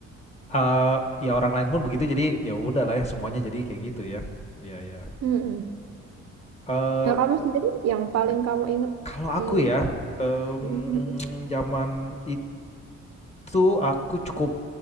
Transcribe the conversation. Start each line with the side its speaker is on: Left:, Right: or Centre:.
Left: eee, ya orang lain pun begitu jadi ya udahlah ya semuanya jadi kayak gitu ya. Iya iya.
Right: Mm-mm.
Left: Eee,
Right: Nah, kamu sendiri yang paling kamu inget
Left: kalau aku
Right: di
Left: ya, mmm,
Right: Mm-mm.
Left: zaman itu aku cukup